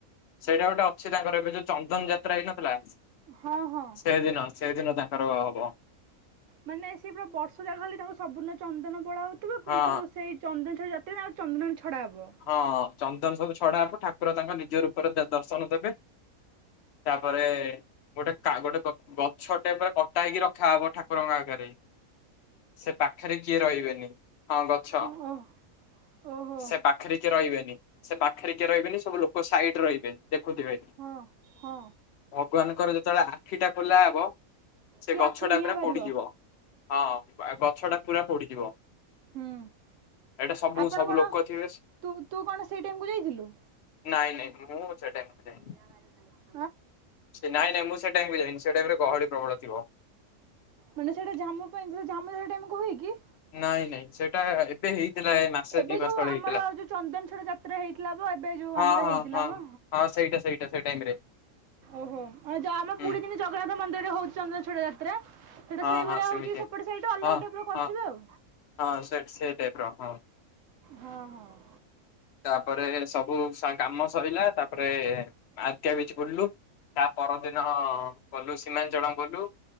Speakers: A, on the left; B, on the right.
A: ସେଇଟା ଗୋଟେ ଅଛି ତାଙ୍କର ଏବେ ଯୋଉ ଚନ୍ଦନ ଯାତ୍ରା ହେଇନଥିଲା?
B: ହଁ ହଁ।
A: ସେଇଦିନ ସେଇଦିନ ତାଙ୍କର ହବ।
B: ମାନେ ସେ ପୁରା ବର୍ଷ ଜାଙ୍କ ଖାଲି ତାଙ୍କୁ ସବୁର୍ଣ୍ଣ ଚନ୍ଦନ ବୋଳା ହୋଉଥୁବ
A: ହଁ
B: କିନ୍ତୁ ସେଇ ଚନ୍ଦନ ଠାରୁ ଯା ଟିଣା ଆଉ ଚନ୍ଦ୍ନ ରେ ଛଡା ହବ।
A: ହଁ ଚନ୍ଦନ ସବୁ ଛଡା ହବ ଠାକୁର ତାଙ୍କ ନିଜ ରୂପରେ ଦ ଦର୍ଶନ ଦେବେ। ତାପରେ ଗୋଟେ କା ଗୋଟେ ଗ ଗଛଟେ ପୁରା କଟାହେଇକି ରଖାହବ ଠାକୁରଙ୍କ ଆଗେରେ। ସେ ପାଖେରେ ଜିଏ ରହିବେନି ହଁ ଗଛ
B: ଓ ଓହୋ
A: ସେ ପା ପାଖେରେ କିଏ ରହିବେନି ସେ ପାଖେରେ କିଏ ରହିବେନି ସବୁ ଲୋକ ସାଇଡ୍ ରେ ରହିବେ ଦେଖୁଥିବେ।
B: ହଁ ହଁ।
A: ଭଗବାନଙ୍କର ଯେତେବେଳେ ଆଖି ଟା ଖୋଲା ହବ। ସେ
B: ସିଏ
A: ଗଛ
B: ଆଖିରୁ
A: ଟା
B: ନିଆଁ
A: ପୁରା
B: ବାହାରିବ।
A: ପୋଡିଯିବ ହଁ ବା ଗଛ ଟା ପୁରା ପୋଡିଯିବ।
B: ହୁଁ
A: ଏଟା ସବୁ
B: ଆପଣ
A: ସବୁ
B: କଣ
A: ଲୋକ ଥିବେ ସ୍
B: ତୁ ତୁ କଣ ସେଇ ଟାଇମ୍ କୁ ଯାଇଥିଲୁ?
A: ନାଇଁ ନାଇଁ ମୁଁ ସେ ଟାଇମକୁ
B: ଆଖିରୁ
A: ଯାଇନି
B: ନିଆଁ ବାହାରିବ ତାଙ୍କଠୁଁ।
A: ସେ ନାଇଁ ନାଇଁ ମୁଁ ସେ ଟାଇମ୍ କୁ ଯାଇନୁ ସେ ଟାଇମ୍ ରେ ଗହଳି ପ୍ରବଳ ଥିବ।
B: ମାନେ ସେଇଟା ଜାମୁ ପାଇଁ ଧର ଜାମୁରୋଳ ଟାଇମ୍ କୁ ହୁଏ କି?
A: ନାଇଁ ନାଇଁ ସେଟା ଏ ଏବେ ହେଇଥିଲା ଏ ମାସେ
B: ଏବେ
A: ଦି
B: ଯୋଉ
A: ମାସେ ତଳେ
B: ଆମର
A: ହେଇଥିଲା।
B: ଯୋଉ ଚନ୍ଦନ ଛଡ଼ା ଯାତ୍ରା ହେଇଥିଲା ବା ଏବେ ଯୋଉ
A: ହଁ,
B: ଆମର
A: ହଁ,
B: ହେଇଥିଲା
A: ହଁ
B: ମ
A: ହଁ ସେଇଟା ସେଇଟା ସେଇ ଟାଇମ୍ ରେ।
B: ଓହୋ, ଅ ଯୋଉ ଆମ
A: ହୁଁ
B: ପୁଡି ଦିନି ଜଗନ୍ନାଥ ମନ୍ଦିରରେ ହୋଉଛି ଚନ୍ଦନ ଛଡା ଯାତ୍ରା। ସେଇଟା
A: ହଁ
B: ସେଇଭଳିଆ
A: ହଁ ସେମିତି
B: ହୋଉଚି ସେପଟ ସାଇଟୁ ଅଲଗା
A: ହଁ
B: ଟାଇପ୍ର କରୁଥୁବେ
A: ହଁ
B: ଆଉ।
A: ହଁ ସେ ସେଇ ଟାଇପ୍ ର ହଁ।
B: ହଁ ହଁ।
A: ତାପରେ ସବୁ ସା କାମ ସରିଲା, ତାପରେ ଆର୍କେ ବିଚ୍ ବୁଲ୍ଲୁ। ତା ପରଦିନ ଗଲୁ, ସିମାଞ୍ଚଳମ୍ ଗଲୁ।